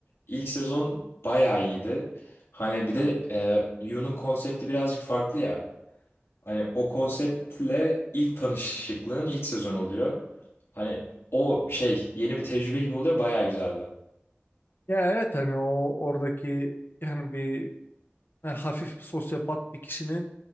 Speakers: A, on the left; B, on the left.
A: İlk sezon bayağı iyiydi. Hani bir de e, Yu'nun konsepti birazcık farklı ya. Hani o konseptle ilk tanışıklığın ilk sezon oluyor. Hani o şey yeni bir tecrübe gibi oluyor bayağı güzeldi.
B: Ya evet hani o oradaki yani bir yani hafif sosyopat bir kişinin